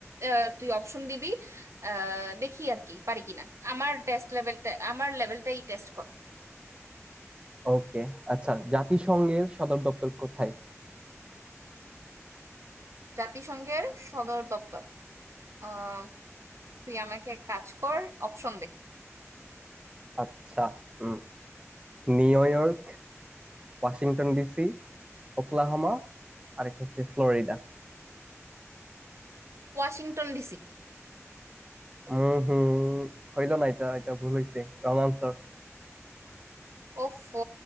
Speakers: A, on the right; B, on the right.
A: আহ, তুই অপশন দিবি আহ, দেখি আর কি পারি কিনা আমার টেস্ট লেভেলটা আমার লেভেলটাই টেস্ট কর
B: ওকে আচ্ছা জাতিসংঘের সদর দপ্তর কোথায়
A: জাতিসংঘের সদর দপ্তর আহ, তুই আমাকে এক কাজ কর অপশন দে
B: আচ্ছা হুম New York Washington DC Oklahoma আরেকটা হচ্ছে ফ্লোরিডা
A: Washington DC
B: হম হম হইলো না এটা এটা ভুল হয়েছে রং আনসার
A: ওফো